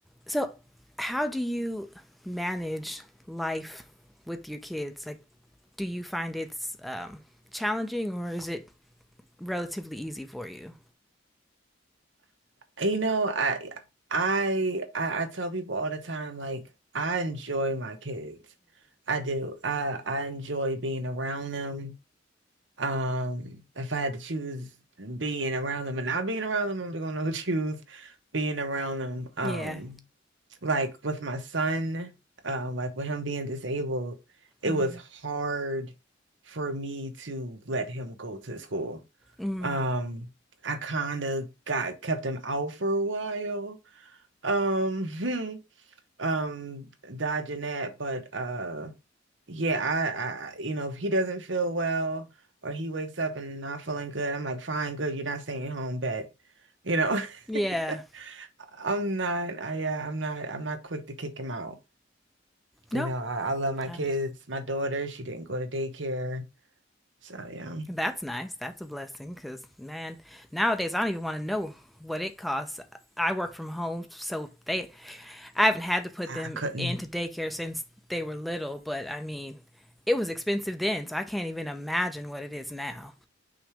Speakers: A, in the centre; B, on the right (about 75°).
A: So, how do you manage life with your kids? Like, do you find it's um, challenging or is it relatively easy for you?
B: And, You know, I I I I tell people all the time, like I enjoy my kids. I do. I I enjoy being around them. Um, if I had to choose being around them and not being around them, I'm gonna <laughs> choose being around them. Um,
A: Yeah.
B: like with my son, uh, like with him being disabled, it
A: Mm-hmm.
B: was hard for me to let him go to school.
A: Mm.
B: Um, I kind of got kept him out for a while. Um, <laughs> um, dodging that, but uh, yeah, I, I, you know, if he doesn't feel well or he wakes up and not feeling good, I'm like, fine, good, you're not staying home, bet. You know,
A: Yeah.
B: <laughs> I'm not, I, yeah, I'm not, I'm not quick to kick him out. You
A: No.
B: know, I, I love my
A: I
B: kids.
A: under-
B: My daughter, she didn't go to daycare. So yeah,
A: That's nice. That's a blessing because, man, nowadays I don't even want to know what it costs. I work from home, so they, I haven't had to put
B: I,
A: them
B: I couldn't.
A: into daycare since they were little, but I mean, it was expensive then, so I can't even imagine what it is now.